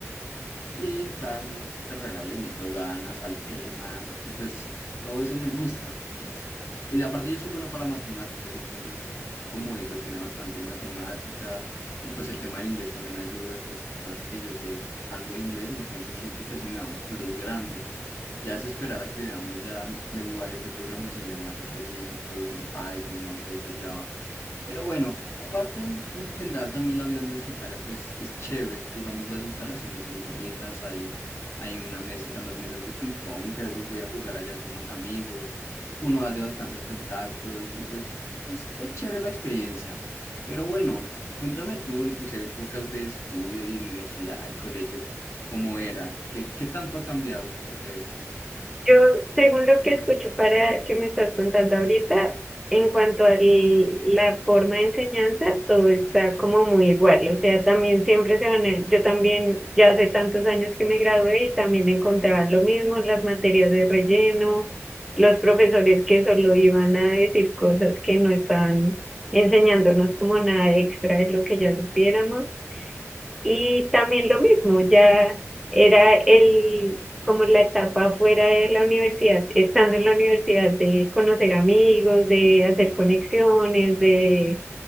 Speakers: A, on the left; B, in the centre.
A: Sí, claro, la carrera le meto ganas al tema y pues todo eso me gusta. Es, y aparte yo soy bueno para las matemáticas, entonces como eso tiene bastante matemática y pues el tema del inglés también ayuda, pues aparte que yo sé algo de inglés, entonces siento que eso me da un plus grande. Ya es esperar a que veamos ya lenguajes de programación ya más específicos en Python, no sé, que ya pero bueno, aparte en, en general también la vida universitaria pues es chévere, digamos las instalaciones son bonitas, hay, hay una mesa, unas mesas de ping pong que a veces voy a jugar allá con unos amigos, uno hace bastantes contactos y pues es, es chévere la experiencia. Pero bueno, cuéntame tú en tus épocas de estudio, de universidad y colegio, ¿cómo era? ¿Qué, qué tanto ha cambiado? ¿Tú qué crees?
B: Yo, según lo que escucho para que me estás contando ahorita, en cuanto a la forma de enseñanza, todo está como muy igual. O sea, también siempre se van a... Yo también, ya hace tantos años que me gradué y también encontraba lo mismo, las materias de relleno, los profesores que solo iban a decir cosas que no estaban enseñándonos como nada extra de lo que ya supiéramos. Y también lo mismo, ya era el, como la etapa fuera de la universidad, estando en la universidad, de conocer amigos, de hacer conexiones, de